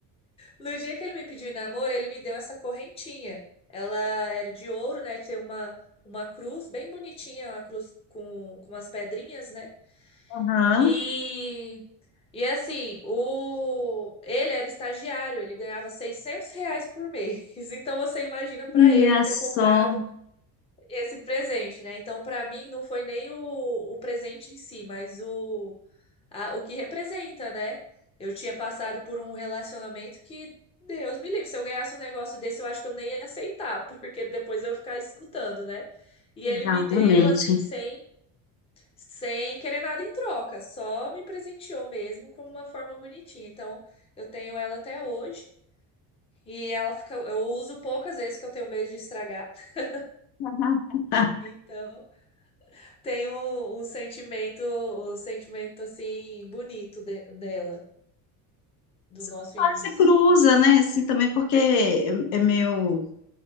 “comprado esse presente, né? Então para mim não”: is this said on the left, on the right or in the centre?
Left